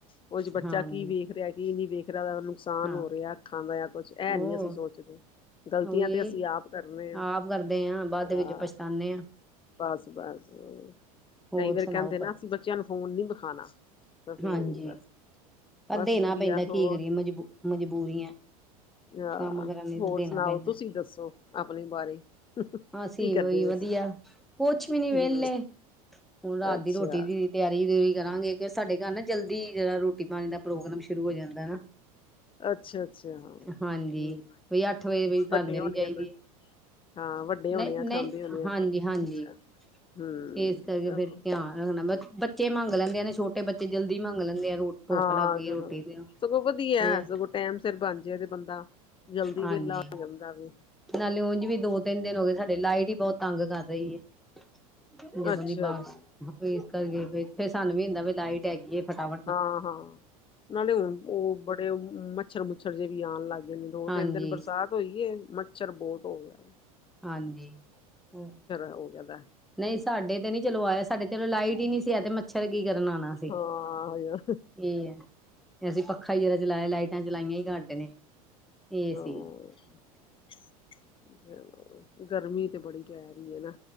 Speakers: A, on the left; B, in the centre.
A: ਕੁਛ ਬੱਚਾ
B: ਹਾਂਜੀ
A: ਕੀ ਵੇਖ ਰਿਹਾ ਕੀ ਨਹੀਂ ਵੇਖ ਰਿਹਾ ਨੁਕਸਾਨ
B: ਹਾਂ
A: ਹੋ ਰਿਹਾ ਅੱਖਾਂ ਦਾ ਕੁਛ ਇਹ
B: ਉਹ
A: ਨੀ ਅਸੀਂ ਸੋਚਦੇ ਗ਼ਲਤੀਆਂ
B: ਉਹੀ
A: ਤੇ ਅਸੀਂ ਆਪ ਕਰ ਰਹੇ ਆ
B: ਆਪ ਕਰਦੇ ਆ ਬਾਅਦ
A: ਹਾਂ
B: ਵਿੱਚ ਪਛਤਾਨੇ ਆ
A: ਬਸ ਬਸ
B: ਹੋਰ
A: ਕਈ ਵਾਰੀ
B: ਸੁਣਾਓ
A: ਕਹਿੰਦੇ ਨਾ ਅਸੀਂ ਬੱਚਿਆਂ ਨੂੰ ਫੋਨ ਨੀ ਵਿਖਾਉਣਾ ਤਾਂ ਫੇਰ
B: ਹਾਂਜੀ
A: ਹੀ ਬਸ
B: ਪਰ
A: ਬੱਸ
B: ਦੇਣਾ
A: ਵਧੀਆ
B: ਪੈਂਦਾ
A: ਹੋਰ
B: ਕੀ ਕਰੀਏ ਮਜਬੂ ਮਜਬੂਰੀਆਂ
A: ਹਾਂ
B: ਕੰਮ ਕਰਨ ਲਈ
A: ਹੋਰ
B: ਤਾਂ ਦੇਣਾ
A: ਸੁਣਾਓ
B: ਪੈਂਦਾ
A: ਤੁਸੀਂ ਦੱਸੋ ਆਪਣੇ ਬਾਰੇ ਕੀ
B: ਅਸੀਂ
A: ਕਹਿੰਦੇ
B: ਉਹੀ ਵਧੀਆ
A: ਹੋ ਤੁਸੀਂ
B: ਕੁਛ ਵੀ ਨੀ ਵਿਹਲੇ
A: ਹਮ
B: ਹੁਣ ਰਾਤ
A: ਅੱਛਾ
B: ਦੀ ਰੋਟੀ ਦੀ ਤਿਆਰੀ ਤਿਉਰੀ ਕਰਾਂਗੇ ਕਿ ਸਾਡੇ ਘਰ ਨਾ ਜਲਦੀ ਜਰਾ ਰੋਟੀ ਰੋਟੀ ਪਾਣੀ ਦਾ ਪ੍ਰੋਗਰਾਮ ਸ਼ੁਰੂ ਹੋ ਜਾਂਦਾ ਹੈ ਨਾ।
A: ਅੱਛਾ ਅੱਛਾ ਹਮ
B: ਹਾਂਜੀ ਬਈ ਅੱਠ ਵਜੇ ਵੀ ਬਣ
A: ਵੱਡੇ
B: ਜਾਣੀ
A: ਹੋਣੇ
B: ਚਾਹੀਦੀ
A: ਆ ਫਿਰ
B: ਹੈ।
A: ਹਾਂ ਵੱਡੇ ਹੋਣੇ
B: ਨਹੀਂ
A: ਆ
B: ਨਹੀਂ
A: ਖਾਂਦੇ ਹੋਣੇ
B: ਹਾਂਜੀ
A: ਆ ਫਿਰ
B: ਹਾਂਜੀ
A: ਅੱਛਾ ਹਮ
B: ਏਸ ਕਰਕੇ
A: ਚਲੋ
B: ਫੇਰ ਧੈਆਨ ਰਖਣਾ <unintelligible> ਬੱਚੇ ਮੰਂਗ ਲੈਂਦੇ ਨੇ ਛੋਟੇ ਬੱਚੇ ਜਲਦੀ ਮੰਂਗ ਲੈਂਦੇ ਆ ਰੋ ਭੁੱਖ
A: ਹਾਂ
B: ਲੱਗ ਗਈ
A: ਜ਼
B: ਰੋਟੀ ਤੇ
A: ਸਗੋਂ ਵਦੀਆ
B: ਇਹ ਆ
A: ਸਗੋਂ ਟਾਈਮ ਸਿਰ ਬਣ ਜਾ ਤੇ ਬੰਦਾ ਜਲਦੀ
B: ਹਾਂਜੀ
A: ਵੇਲਾ ਹੋ ਜਾਂਦਾ ਵੇ।
B: ਨਾਲੇ ਉਂਝ ਵੀ ਦੋ-ਤੇਨ ਦਿਨ ਹੋ ਗਏ ਸਾਡੇ ਲਾਈਟ ਈ ਬਹੁਤ ਤੰਗ ਕਰ ਰਈ ਆ। <unintelligible> ਜਦੋਂ
A: ਅੱਛਾ
B: ਦੀ ਬਾਕਸ
A: ਜੀ
B: ਏਸ ਕਰਕੇ ਏ ਫੇਰ ਸਾਨੂੰ ਵੀ ਹੁੰਦਾ ਵੀ ਲਾਈਟ ਹੈਗੀ ਏ ਫਟਾਫ
A: ਹਾਂ-ਹਾਂ ਨਾਲੇ ਹੁ ਓ ਬੜੇ ਮੱਛਰ-ਮੁੱਛਰ ਜੇ ਵੀ ਆਣ ਲੱਗ ਗਏ ਨੇ ਦੋ-ਤਿਨ
B: ਹਾਂਜੀ
A: ਦਿਨ ਬਰਸਾਤ ਹੋਈਏ ਮੱਛਰ ਬੋਤ ਹੋ ਗੇਆ ਏ।
B: ਹਾਂਜੀ <unintelligible>
A: ਹੋ ਗਿਆ ਦਾ
B: ਨਈ ਸਾਡੇ ਤੇ ਨੀ ਚਲੋ ਵਾਏਆ ਸਾਡੇ ਚਲੋ ਲਾਈਟ ਈ ਸੀ ਤੇ ਮੈ ਮੱਛਰ ਕੀ ਕਰਨ ਆਣਾ ਸੀਂ,
A: ਹਾਂ
B: ਏਆ ਅਸੀਂ ਪੱਖਾ ਏਓ ਜਾ ਲਾਏਆ ਲਾਈਟ ਮੈਂ ਚਲਾਈਆ ਈ ਘੱਟ ਨੇ। ਇਹ
A: <unintelligible>
B: ਸੀ
A: ਗਰਮੀ ਤੇ ਬੜੀ ਪੈ ਰਈ ਏ ਨਾ।